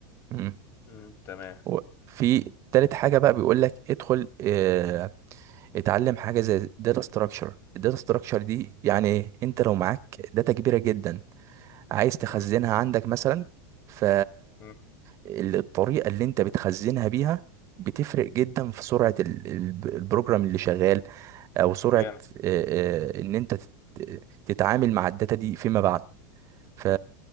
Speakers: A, on the right; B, on the left.
A: مم.
B: مم، تمام
A: وفي تالت حاجة بقى بيقول لك ادخل اه اتعلم حاجة زي داتا ستراكشر الداتا ستراكشر دي يعني ايه انت لو معاك داتا كبيرة جدا عايز تخزنها
B: مم.
A: عندك مثلا ف
B: مم.
A: ال- الطريقة اللي انت بتخزنها بيها بتفرق جدا في سرعة ال- ال- البروجرام اللي شغال او سرعة
B: جامد
A: اه اه ان انت تت- تتعامل مع الداتا دي فيما بعد ف...